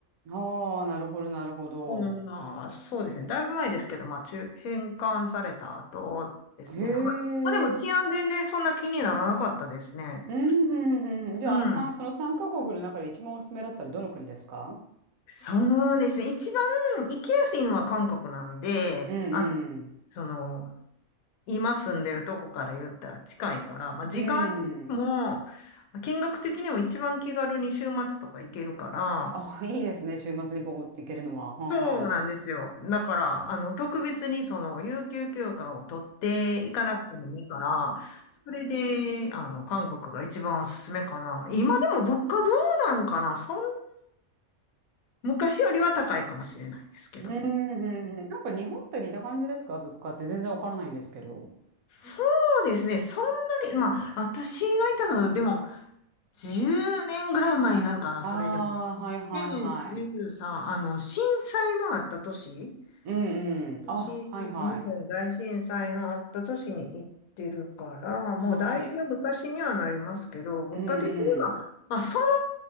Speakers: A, on the right (about 85°); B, on the left (about 85°).
A: ああ、なるほど、なるほど。
B: うん、まあ、そうですね。だいぶ前ですけど、まあ、中、返還された後ですね。
A: へ
B: はい。まあ、でも治安全然そんな気にならなかったですね。
A: え。うん、うん、うんうん。じゃあ、
B: うん。
A: あの三その3カ国の中で一番おすすめだったらどの国ですか
B: そうですね。一番行きやすいのは韓国なんで、
A: うんうん。
B: あ、その、今住んでるとこから言ったら近いから、まあ、時間的にも、
A: うん。
B: 見学的にも一番気軽に週末とか行けるから、
A: あ、いいですね。週末にポコって行けるのは。はあはあ
B: そうなんですよ。だから、あの、特別にその、有給休暇を取っていかなくてもいいから、それで、あの、韓国が一番おすすめかな。今でも物価どうなんかなそん、昔よりは高いかもしれないですけど。
A: うんうんうん。うんうんうんうんなんか日本と似た感じですか物価って全然わからないんですけど。
B: そうですね。そんなに、まあ、私がいたのは、でも、10年ぐらい前になるかな、
A: ああ、
B: それでも。
A: はいはいはい。
B: で、13、あの、震災のあった年
A: うんうん。
B: 私、
A: あ、はいはい。
B: 日本大震災のあった年に行ってるから、
A: はい。
B: もうだいぶ昔にはなりますけど、物価的には、
A: うんうん。
B: まあ、その